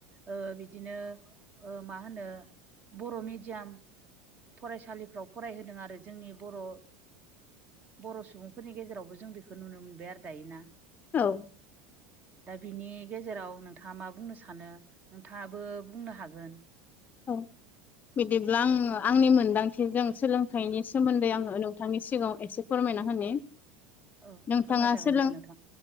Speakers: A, on the right (about 30°); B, on the left (about 35°).
A: ओ बिदिनो ओ मा होनो बर' मिडियाम फरायसालिफ्राव फरायहोदों आरो जोंनि बर' ओ बर' सुबुंफोरनि गेजेरावबो जों बेखौ नुनो मोनबाय आरो दायोना।
B: औ
A: दा बिनि गेजेराव नोंथाङा मा बुंनो सानो नोंथाङाबो बुंनो हागोन।
B: औ बिदिब्ला आङो आंनि मोनदांथिजों सोलोंथाइनि सोमोन्दै आङो नोंथांनि सिगाङाव एसे फोरमायना होनो
A: औ
B: नोंथाङा
A: फोरमायजागोन
B: सोलों
A: दे नोंथां